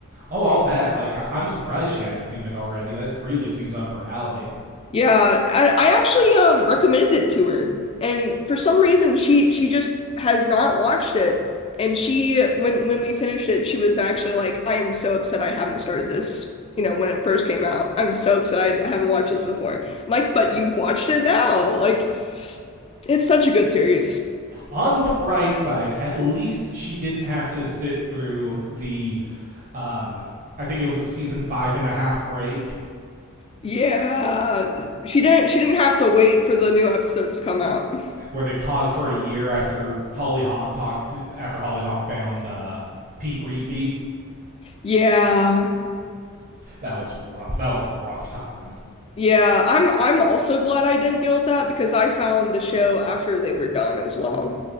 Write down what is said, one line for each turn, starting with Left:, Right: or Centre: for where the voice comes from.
Right: Oh, I'll bet. Like I- I'm surprised she hadn't seen it already. That really seems up her alley.
Left: Yeah, I I actually um recommended it to her. And for some reason she she just has not watched it. And she when when we finished it, she was actually like, "I am so upset I haven't started this, you know, when it first came out. I'm so upset I haven't watched this before." I'm Like, but you've watched it now. Like It's such a good series.
Right: On the bright side, at least she didn't have to sit through the uh, I think it was the season five and a half break
Left: Yeah. She didn't she didn't have to wait for the new episodes to come out.
Right: where they paused for a year after Hollyhock talked to, after Hollyhock found uh, Pete Repeat.
Left: Yeah.
Right: that was rough. That was a rough time.
Left: Yeah, I'm I'm also glad I didn't deal with that because I found the show after they were done as well.